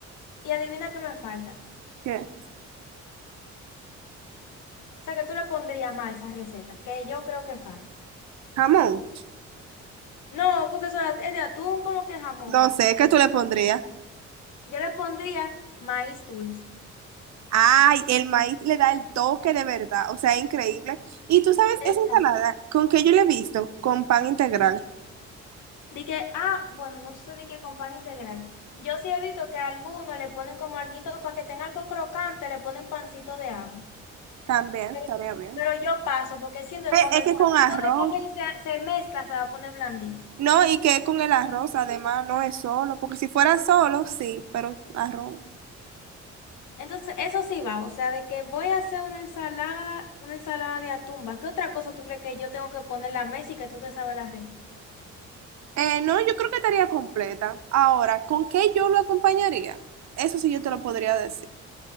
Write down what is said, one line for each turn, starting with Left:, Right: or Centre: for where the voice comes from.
Left: y adivina qué me falta.
Right: ¿Qué?
Left: O sea, que tú le pondrías más a esa receta, que yo creo que falta.
Right: Jamón.
Left: No, porque eso es de atún como que jamón.
Right: No sé, ¿qué tú le pondrías?
Left: Yo le pondría maíz dulce.
Right: Ay, el maíz le da el toque de verdad, o sea, increíble. Y tú sabes,
Left: Exacto.
Right: esa ensalada, ¿con qué yo le he visto? Con pan integral.
Left: De que, ah, bueno, no sé de qué con pan integral. Yo sí he visto que a algunos le ponen como alguito para que tenga algo crocante, le ponen pancito de ajo.
Right: También,
Left: Pero,
Right: estaría bien.
Left: pero yo paso, porque siento que
Right: Es,
Left: cuando
Right: es
Left: el
Right: que
Left: pancito
Right: con arroz.
Left: de ajo se, se mezcla, se va a poner blandito.
Right: No, y que es con el arroz, además, no es solo, porque si fuera solo, sí, pero arroz.
Left: Entonces, eso sí va, o sea, de que voy a hacer una ensalada, una ensalada de atumba. ¿Qué otra cosa tú crees que yo tengo que poner en la mesa y que tú te sabes la receta?
Right: Eh, no, yo creo que estaría completa. Ahora, ¿con qué yo lo acompañaría? Eso sí yo te lo podría decir.